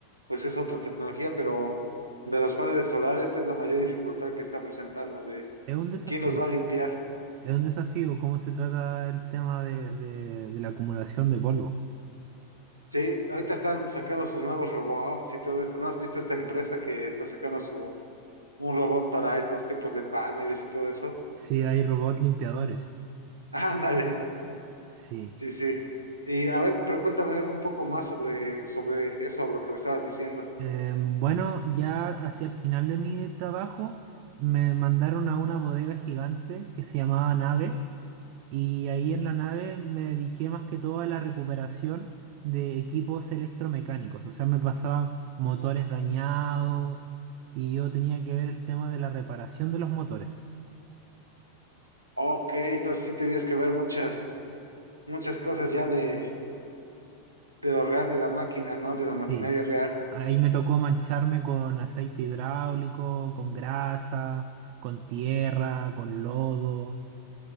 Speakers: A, on the right (about 80°); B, on the right (about 45°).
A: pues es otra tecnología, pero de los paneles solares es la mayor dificultad que está presentando de
B: Es un desafío,
A: quién nos va a limpiar.
B: es un desafío cómo se trata el tema de, de de la acumulación de polvo.
A: Sí, ahorita están sacando sus nuevos robots y todo eso ¿No has visto esta empresa que está sacando su un robot para estos tipos de paneles y todo eso?
B: Sí, hay robots limpiadores.
A: <laughs> Ándale,
B: Sí.
A: sí, sí. Y a ver, pero cuéntame un poco más sobre, sobre eso, bro, que me estabas diciendo.
B: Eh, bueno, ya hacia el final de mi trabajo me mandaron a una bodega gigante que se llamaba Nave y ahí en la nave me dediqué más que todo a la recuperación de equipos electromecánicos, o sea, me pasaban motores dañados y yo tenía que ver el tema de la reparación de los motores.
A: Ok, entonces sí tenías que ver muchas, muchas cosas ya de, de lo real, de la máquina, ¿no? De la maquinaria
B: Sí,
A: real.
B: ahí me tocó mancharme con aceite hidráulico, con grasa, con tierra, con lodo.